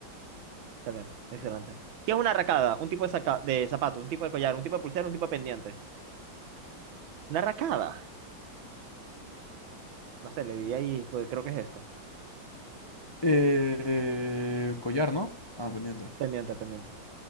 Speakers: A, on the right (about 85°); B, on the left (about 35°).
A: está bien, excelente. ¿Qué es una racada? Un tipo de, saca- de zapato, un tipo de collar, un tipo de pulsera, un tipo de pendiente. ¿Una racada? No sé, le di ahí, pues creo que es esto.
B: Eh, collar, ¿no? Ah, pendiente.
A: Pendiente, pendiente.